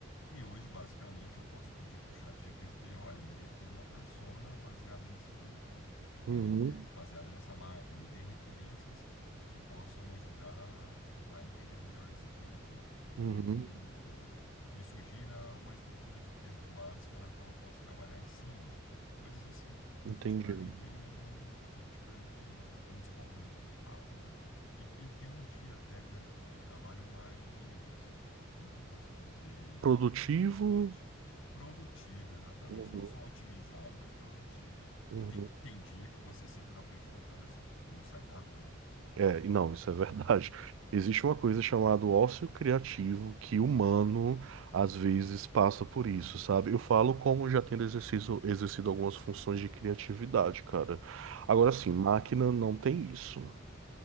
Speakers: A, on the left; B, on the right.
A: E hoje, basicamente, eu posso pedir para o chat GPT, olha, me defina uma persona baseada nesse briefing,
B: Uhum,
A: eh, baseada nessa marca, me dê referências que possam me ajudar a entender melhor esse briefing.
B: uhum.
A: Ou me sugira uma estrutura de texto básica na qual eu posso trabalhar em cima. Coisas assim,
B: Entendido.
A: que te permitem, que te permitem um desenvolvimento rápido e, e ter um dia até de trabalho mais, como que eu posso dizer?
B: Produtivo.
A: Não só oti- Produtivo, exatamente.
B: Uhum,
A: Não só otimizado, mas produtivo. Porque
B: uhum.
A: tem, tem dia que você senta na frente do computador, você não sai nada, né?
B: É, e não, isso é verdade. <laughs> Existe uma coisa chamada ócio criativo que o humano às vezes passa por isso, sabe? Eu falo como já tendo exercido, exercido algumas funções de criatividade, cara. Agora sim,
A: Aham,
B: máquina não tem isso.